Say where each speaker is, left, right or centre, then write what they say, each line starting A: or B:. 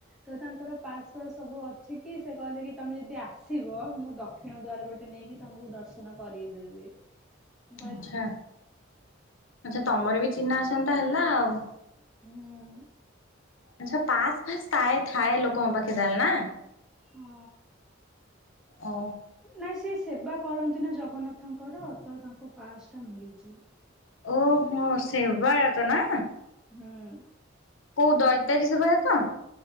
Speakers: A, in the centre; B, on the left.
A: ତ ତାଙ୍କର ପାସ୍ ଫସ୍ ସବୁ ଅଛି କି ସେ କହିଲେ କି ତମେ ଯଦି ଆସିବ ମୁଁ ଦକ୍ଷିଣ ଦଵାର ପଟେ ନେଇକି ତମକୁ ଦର୍ଶନ କରଇ ଦେେବି <unintelligible>
B: ଆଛା ଆଚ୍ଛା ତମର ବି ିନ ଆସନ୍ତା ହେଲା ଆଉ
A: ହୁଁ
B: ଆଛା ପାସ୍ ଫାସ୍ ଥାଏ ଥାଏ ଲୋକଙ୍କ ପାଖେ ଚାାଲ ନା
A: ହଁ
B: ଓ
A: ନା ସେ ସେବା କରନ୍ତି ନା ଜଗନ୍ନାଥଙ୍କର ତ ତାଙ୍କ ପାସ୍ ଟା ମିଳିଛି
B: ଓହୋ ସେବା ତ ନା
A: ହଁ
B: କୋଉ ଦଇତାାରୀ ସେ ଭ ତ